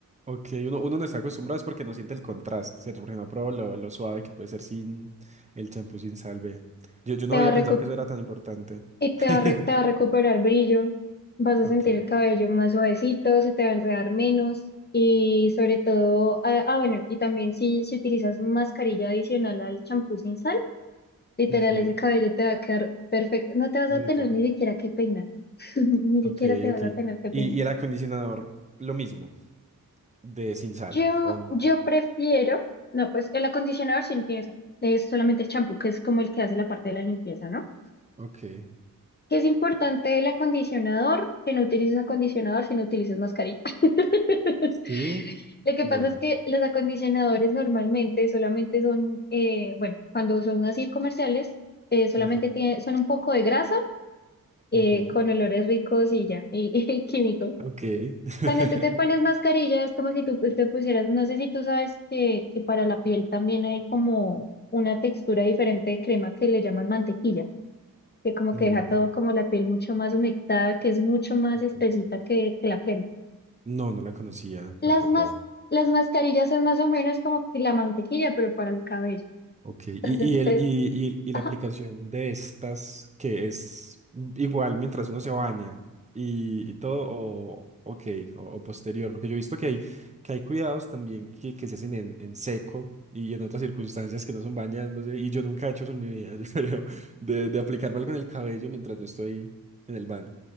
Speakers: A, on the right; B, on the left.
A: Ok, uno, uno no está acostumbrado es porque no siente el contraste, ¿cierto? Porque no prueba lo, lo suave que puede ser sin el champú sin salve. Yo, yo no
B: Te
A: había
B: va a
A: pensado
B: recu-
A: que eso era tan importante.
B: y
A: <laughs>
B: te va a re- te va a recuperar brillo, vas a
A: Ok,
B: sentir el cabello más suavecito, se te va a enredar menos y sobre todo, ah, ah, bueno, y también si, si utilizas mascarilla adicional al champú sin sal, literal
A: ujú,
B: ese cabello te va a quedar perfecto, no te vas
A: Bonito.
B: a tener ni siquiera que peinar, <laughs> ni siquiera
A: Ok,
B: te
A: ok.
B: vas a tener que peinar.
A: Y, y el acondicionador, lo mismo, de sin sal,
B: Yo,
A: ¿o no?
B: yo prefiero, no, pues el acondicionador sí no tiene sal, es solamente el champú, que es como el que hace la parte de la limpieza, ¿no?
A: Ok.
B: Que es importante el acondicionador, que no utilices acondicionador si no utilices mascarilla. <laughs>
A: Sí,
B: Lo que
A: wow.
B: pasa es que los acondicionadores normalmente solamente son, eh, bueno, cuando son así comerciales, eh, solamente
A: Ujú,
B: tiene- son un poco de grasa eh,
A: ujú.
B: con olores ricos y ya, y, <laughs> y químicos.
A: Ok. <laughs>
B: Cuando tú te pones mascarilla es como si tú pues, te pusieras, no sé si tú sabes que, que para la piel también hay como una textura diferente de crema que le llaman mantequilla, que como
A: No,
B: que deja todo como la piel mucho más humectada, que es mucho más
A: ok.
B: espesita que, que la crema.
A: no, no la conocía
B: Las
A: tampoco.
B: mas- las mascarillas son más o menos como que la mantequilla, pero para el cabello.
A: Ok, y, y,
B: Entonces,
A: el,
B: te-
A: y, y- y
B: ajá,
A: la aplicación de estas que es igual mientras uno se baña y, y todo, o, ok, o, o posterior, porque yo he visto que hay, que hay cuidados también que, que se hacen en, en seco y en otras circunstancias que no son bañándose, y yo nunca he hecho eso en mi vida, <laughs> yo creo, de, de aplicarme algo en el cabello mientras no estoy en el baño,